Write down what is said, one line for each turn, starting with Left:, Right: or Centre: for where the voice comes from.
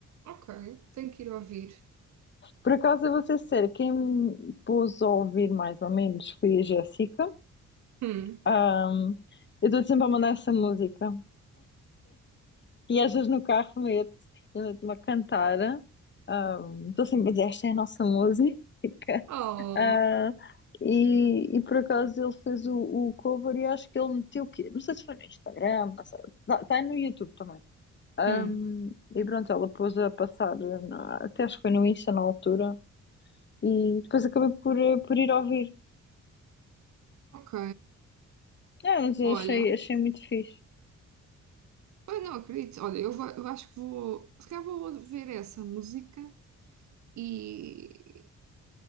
Right: Ok, tenho que ir ouvir.
Left: Por acaso, eu vou ser sincera, quem me pôs a ouvir mais ou menos foi a Jéssica.
Right: Hum.
Left: Ahm, eu estou sempre a mandar essa música. E às vezes no carro meto, eu meto-me a cantar. Ahm, Estou sempre a dizer, esta é a nossa música. <laughs>
Right: Oh,
Left: Ah, e, e por acaso ele fez o, o cover e acho que ele meteu o quê? Não sei se foi no Instagram, não sei. Está no YouTube também. Ahm,
Right: hum.
Left: e pronto, ela pôs a passar, na- até acho que foi no Insta na altura. E depois acabei por, eh, por ir ouvir.
Right: Ok,
Left: Não, mas eu
Right: olha.
Left: achei, achei muito fixe.
Right: Ai, não acredito. Olha, eu, va- eu acho que vou. Se calhar vou ver essa música e,